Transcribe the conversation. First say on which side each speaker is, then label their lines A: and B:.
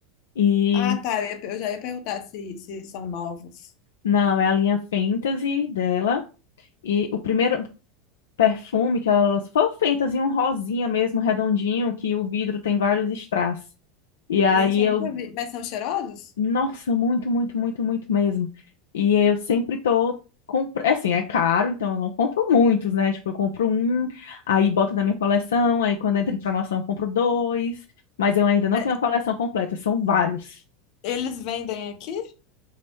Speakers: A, on the left (about 80°); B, on the left (about 60°).
A: E,
B: Ah, tá. Eu ia- eu já ia perguntar se, se são novos.
A: não, é a linha Fantasy dela. E o primeiro perfume que ela lançou foi o Fantasy, um rosinha mesmo, redondinho, que o vidro tem vários strass. E aí
B: Gente, eu
A: eu
B: nunca vi. Mas são cheirosos?
A: Nossa, muito, muito, muito, muito mesmo. E eu sempre tô. Compro... é Assim, é caro, então eu não compro muitos, né? Tipo, eu compro um, aí boto na minha coleção, aí quando entra em promoção eu compro dois, mas eu ainda não
B: É,
A: tenho a coleção completa, são vários.
B: Eles vendem aqui?